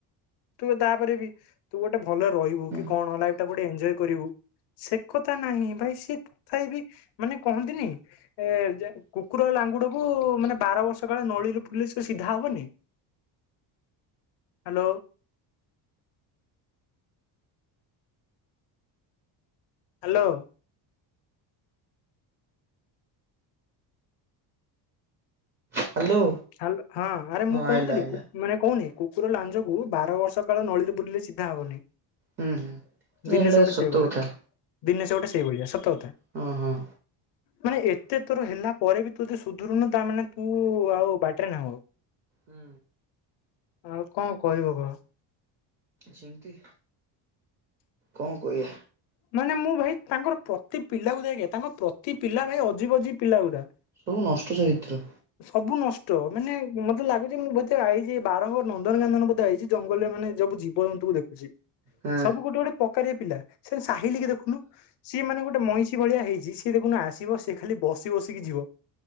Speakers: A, on the left; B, on the right.
A: ତୁ ତାପରେ ବି ତୁ ଗୋଟେ ଭଲ ରହିବୁ
B: ହୁଁ
A: କି କଣ ଲାଇଫ୍ ଟା ଗୋଟେ ଏଞ୍ଜୟ୍ କରିବୁ। ସେ କଥା ନାହିଁ ଭାଇ ସିଏ ତଥାବି ମାନେ କହନ୍ତିନି ଏ- ଯେ-କୁକୁର ଲାଙ୍ଗୁଡକୁ ମାନେ ବାର ବର୍ଷ କାଳେ ନଳୀରେ ପୁରେଇଲେ ସେ ସିଧା ହବନି। ହ୍ୟାଲୋ। ହ୍ୟାଲୋ।
B: ହ୍ୟାଲୋ।
A: ହ୍ୟାଲୋ ହଁ ଆରେ ମୁଁ
B: ହଁ
A: କହୁନଥିଲି
B: ଆଇଲା ଆଇଲା
A: କୁ ମାନେ କହୁନି କୁକୁର ଲାଞ୍ କୁ ବାର ବର୍ଷ କାଳ ନଳୀରେ ପୁରେଇଲେ ସିଧା ହବନି।
B: ହୁଁ ହୁଁ
A: ଦିନେଶ
B: ଏଇଟା
A: ଗୋଟେ
B: ସତ
A: ସେଇଭଳିଆ
B: କଥା।
A: ଦିନେଶ ସେ ଗୋଟେ ସେଇଭଳିଆ ସତ କଥା।
B: ହଁ ହଁ।
A: ମାନେ ଏତେ ତୋର ହେଲା ପରେ ବି ତୁ ଯଦି ସୁଧରୁନୁ ତା ମାନେ ତୁ ଆଉ ବାଟରେ ନା ହୁଁ।
B: ହୁଁ।
A: ଆଉ କଅଁ କହିବ କହ।
B: ସେମିତି କଅଁ କହିଆ।
A: ମାନେ ମୁଁ ଭାଇ ତାଙ୍କର ପ୍ରତି ପିଲାକୁ ଦେଖିତାଙ୍କ ପ୍ରତି ପିଲା ଭାଇ ଅଜିି ବଜିି ପିଲା ଉଡ଼ା।
B: ସବୁ ନଷ୍ଟ ଚରିତ୍ର
A: ସବୁ ନଷ୍ଟ ମାନେ ମତେ ଲାଗୁଚି ମୁଁ ବୋଧେ ଆଇଚି ବାରଙ୍ଗ ନନ୍ଦନ କାନନ ବୋଧେ ଆଇଚି ଜଙ୍ଗଲରେ ମାନେ ଯବୁ ଜୀବଜନ୍ତୁ ଦେଖୁଛି।
B: ହଁ
A: ସବୁ ଗୋଟେ ଗୋଟେ ପକାରିଆ ପିଲା ସେ ସାହିିଲ କି ଦେଖୁନୁ ସିଏ ମାନେ ଗୋଟେ ମଇଁଷି ଭଳିଆ ହେଇଛି। ହେଉ ଦେଖନୁ ଆସିବ ସେ ଖାଲି ବସି ବସିକି ଯିବ।